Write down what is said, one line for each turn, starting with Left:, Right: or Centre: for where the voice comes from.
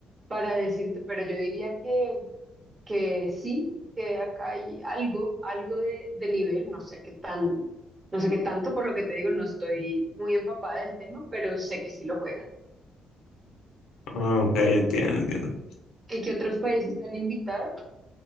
Right: para decirte, pero yo diría que, que sí, que acá hay algo, algo de, de nivel, no sé qué tan, no sé qué tanto, por lo que te digo, no estoy muy empapada del tema, pero sé que sí lo juegan.
Left: Ah, Ok, entiendo, entiendo.
Right: ¿Y que otros países están invitados?